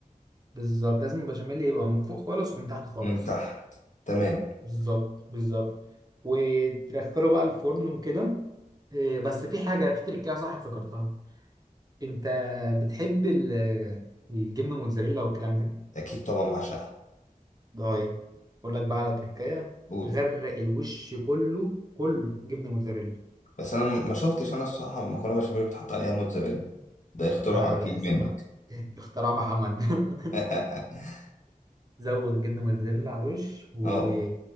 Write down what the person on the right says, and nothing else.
بالظبط لازم البشاميل يبقى من فوق خالص ومن تحت خالص
بالظبط بالظبط وتدخله بقى الفرن وكده آه، بس في حاجة في تركية صح افتكرتها انت بتحب ال- الجبنة موتزاريلا والكلام ده
طيب اقول لك بقى على تركية
غرق الوش كله كله جبنة موتزاريلا
لا لا
لا اسمع
اختراع محمد <laughs>
زود جبنه موتزاريلا على الوش و...